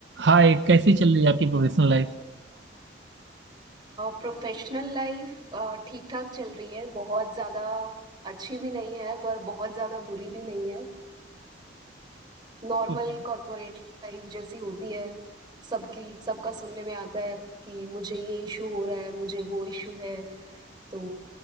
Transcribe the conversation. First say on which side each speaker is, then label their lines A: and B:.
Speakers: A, on the right; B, on the right.
A: हाय कैसी चल रही है आपकी प्रोफेशनल लाइफ
B: Professional life अ, ठीक-ठाक चल रही है। बहुत ज़्यादा अच्छी भी नहीं है, पर बहुत ज़्यादा बुरी भी नहीं है। नॉर्मल
A: ओके
B: कॉर्पोरेट लाइफ जैसी होती है, सबकी सबका सुनने में आता है कि मुझे ये इश्यू हो रहा है, मुझे वो इश्यू है। तो